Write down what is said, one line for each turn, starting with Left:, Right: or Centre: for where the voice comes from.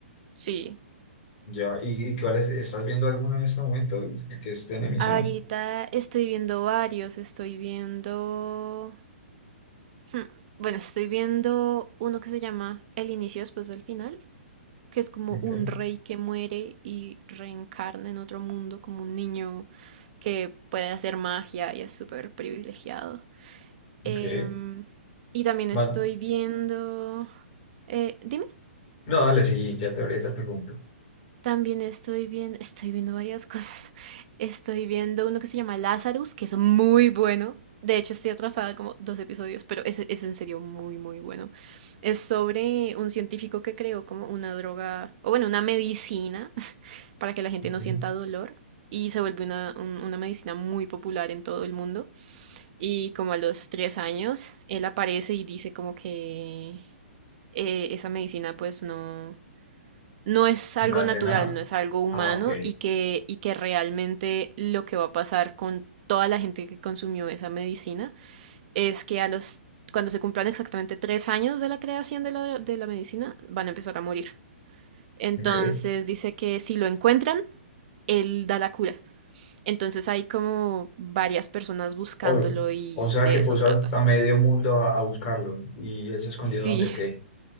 Right: Sí.
Left: Ya, ¿y, y cuál es- estás viendo alguno en este momento que esté en emisión?
Right: Ahorita estoy viendo varios, estoy viendo... hmm, Bueno, estoy viendo uno que se llama El inicio después del final, que es como
Left: Ok,
Right: un rey que muere y reencarna en otro mundo, como un niño que puede hacer magia y es súper privilegiado.
Left: ok.
Right: Em, y también
Left: Más-
Right: estoy viendo... eh, dime.
Left: no, dale, sí, ya te ahorita te pregunto.
Right: También estoy viendo, estoy viendo varias <laughs> cosas. Estoy viendo uno que se llama Lazarus, que es muy bueno. De hecho, estoy atrasada como dos episodios, pero es, es en serio muy, muy bueno. Es sobre un científico que creó como una droga, o bueno, una medicina <laughs> para que la gente
Left: Ok.
Right: no sienta dolor. Y se vuelve una, un- una medicina muy popular en todo el mundo. Y como a los tres años, él aparece y dice como que eh, esa medicina pues no no es algo
Left: No hace
Right: natural,
Left: nada.
Right: no es algo humano
Left: Ah, ok.
Right: y que, y que realmente lo que va a pasar con toda la gente que consumió esa medicina es que a los, cuando se cumplan exactamente tres años de la creación de la, de la medicina, van a empezar a morir. Entonces
Left: Ok.
Right: dice que si lo encuentran, él da la cura. Entonces hay como varias personas buscándolo
Left: O,
Right: y
Left: o sea
Right: de
Left: que
Right: eso
Left: puso
Right: trata.
Left: a, a medio mundo a, a buscarlo y él se escondió
Right: Sí,
Left: donde, ok.